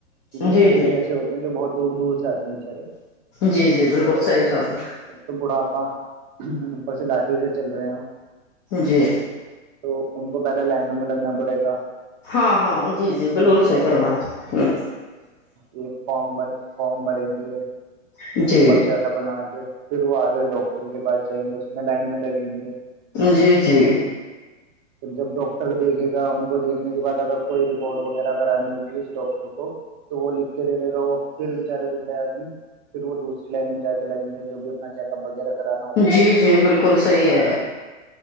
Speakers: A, on the right (about 35°); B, on the left (about 25°).
A: کیونکہ
B: جی
A: کئی
B: جی
A: ایسے ہوتے م بہت دور دور سے آ چارے
B: جی جی بالکل
A: تو
B: صحیح سر
A: ایک بڑا آپا اوپر سے لاٹھی سے چل رہے ہو
B: جی
A: تو ان کو پہلے لائنوں میں لگنا پڑے گا
B: ہاں ہاں جی جی بالکل
A: نا
B: صحی پروایں ہ
A: وہ فارم بھر فارم بھریں گے
B: جی
A: وہ پرچاسا بنا کے پھر وہ آگے ڈاکٹر کے پاس جائیں گے اس میں لائن میں لگے یں گے
B: جی جی
A: رجب ڈاکٹ ڈٹر دیکھے گا ان کو دیکھنے کے بعد اگر کوئی رپورٹ وغیرہ کرانی ہوگی اس ڈاکٹر کو تو وہ لکھ کے دے دے گا وہ پھر بچارے گڈئے آدمی پھر وہ دوسری لائن میں جا کے لگیں گے جو بھی اپنا چیک اپ وغیرہ کرانا ہوگا
B: جی جی بالکل صحیح ہے